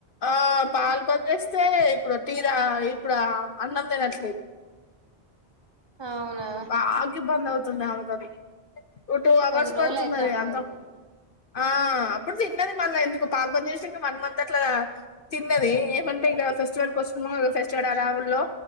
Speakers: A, on the left; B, on the right.
A: ఆ పాలపాలని చేస్త అంతే ఇప్పుడు టీ తా ఇప్పుడు అన్నంతినట్లేదు
B: అవునా
A: బాగ ఇబ్బంది అవుతూ నవ్వతది ఓ టూ అవర్స్
B: కొన్ని రోజులు
A: పడుతుంది
B: అయితే
A: అది
B: అమ్మకైతది
A: అంత ఆ అప్పుడు తిన్నది మళ్ళ ఎందుకు పాల్పని చేసి వన్ మంత్ అట్లా తిన్నది ఏమంటే ఇక ఫెస్టివల్ కోసం ఉందికదా ఫెస్టివల్ హడావుడిలో